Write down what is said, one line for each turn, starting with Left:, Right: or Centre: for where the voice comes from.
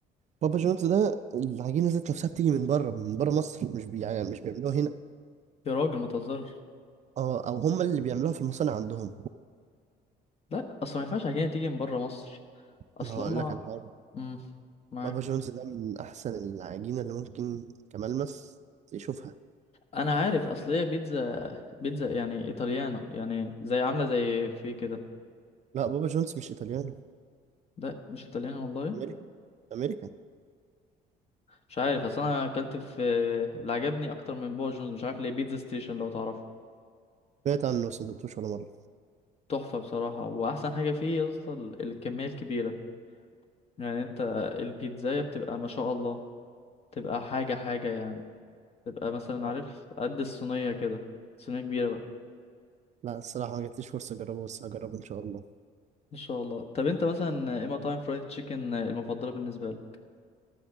Right: بابا جونز ده العجينه ذات نفسها بتيجي من بره من بره مصر مش بي يعني مش بيعملوها هنا
Left: يا راجل ما تهزرش
Right: اه او هم اللي بيعملوها في المصانع عندهم
Left: لا اصل ما ينفعش عجينه تيجي من بره مصر اصل
Right: ما هقول
Left: هما
Right: لك على حاجه
Left: مم. معاك
Right: بابا جونز ده من احسن العجينه اللي ممكن كملمس يشوفها
Left: انا عارف اصل هي بيتزا بيتزا يعني ايطاليانو يعني زي عامله زي في كده
Right: لا بابا جونز مش ايطاليانو
Left: لا مش ايطاليانو والله
Right: امريكي امريكان
Left: مش عارف اصل انا اكلت في اللي عجبني اكتر من بابا جونز مش عارف ليه بيتزا ستيشن لو تعرفه
Right: سمعت عنه بس ما دقتوش ولا مره
Left: تحفه بصراحه واحسن حاجه فيه يا اسطى ال- الكميه الكبيره يعني انت البيتزايه بتبقى ما شاء الله تبقى حاجه حاجه يعني تبقى مثلا
Right: آه.
Left: عارف قد الصينيه كده صينيه كبيره
Right: لا الصراحه ما جاتليش فرصه اجربه بس هجربه ان شاء الله
Left: ان شاء الله طب انت مثلا ايه مطاعم فرايد تشيكن المفضله بالنسبه لك